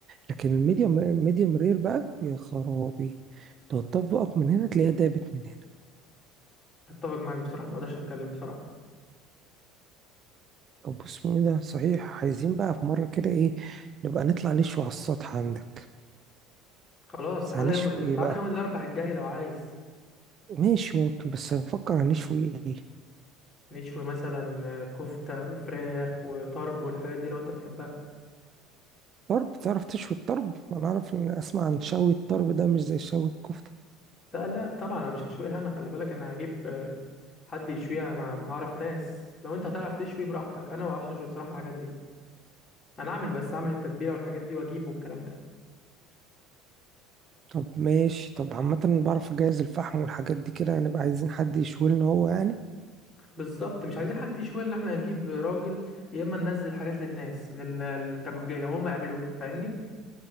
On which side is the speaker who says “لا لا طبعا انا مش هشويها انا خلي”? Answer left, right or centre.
Left